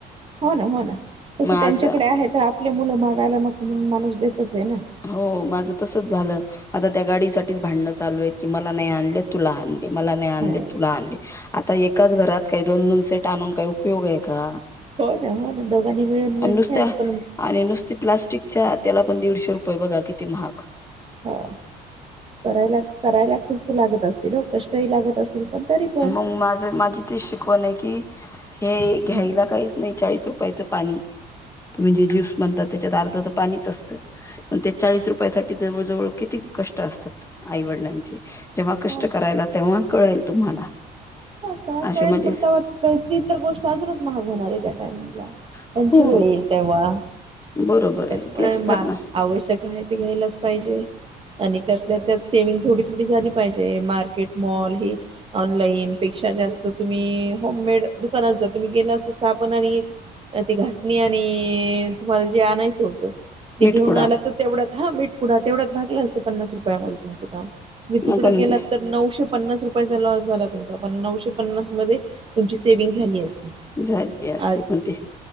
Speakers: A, on the right (about 35°); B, on the left (about 15°).
A: हो ना, हो ना तसं
B: मग आज
A: त्यांच्याकडे आहे तर आपले मुलं मागायला नको म्हणून माणूस देतच ये ना.
B: हो माझं तसच झालं आता त्या गाडीसाठीच भांडणं चालू आहे की मला नाही आणलेत. तुला आणली, मला नाही आणली,
A: हो
B: तुला आणली. आता एकाच घरात काही दोन -दोन सेट आणून काही उपयोग आहे का?
A: हो ना, हो ना दोघांनी मिळून मिळून
B: आणि नुसत्या
A: खेळायचं पण
B: आणि नुसती प्लास्टिकच्या त्याला पण दीडशे रुपये बघा किती महाग.
A: हो करायलात, करायलात चु लागत असतील हो कष्टही लागत असतील, पण तरी पण
B: मग माझ माझी तीच शिकवण आहे की हे
A: हम्म.
B: घ्यायला काहीच नाही, चाळीस रुपयाच पाणी तुम्ही जे ज्यूस म्हणतात त्याच्या अर्ध तर पाणीच असतं. पण ते चाळीस रुपया साठी जवळ जवळ किती कष्ट असतात आईवडिलांचे. जेव्हा कष्ट
A: हो
B: करायला तेव्हा कळेल तुम्हाला.
A: हं तेव्हा पण
B: अशी
A: कळेल
B: माझी
A: पण त ती तर गोष्ट अजूनच महाग होणार आहे त्या टायमिंगला, त्यांची
B: हो
A: वेळी. तेव्हा
B: बरोबर
A: त्याच्यामुळे
B: आहे तेच
A: मा
B: तर ना
A: आवश्यक आहे, ते घ्यायलाच पाहिजे आणि त्यातल्या त्यात सेविंग थोडी, थोडी झाली पाहिजे मार्केट मॉल ही ऑनलाईन पेक्षा जास्त तुम्ही होममेड दुकानात जा, तुम्ही गेला साबण आणि एक त ती घासणी आणि तुम्हाला जे आणायचं होतं ते
B: मीठपुडा
A: घेऊ आ तर तेवढ्याच हा मीठ पुुढा तेवढ्याच भागलं असतं, पन्नास रुपयामध्ये तुमचं काम. मी तिकडं
B: पण
A: गेलात
B: ते
A: तर नऊशे पन्नास रुपयाचा लॉस झाला तुमचा पण नऊशे पन्नास मध्ये, तुमची सेव्हींग् झाली असती.
B: झाली असती,
A: आज
B: पण ते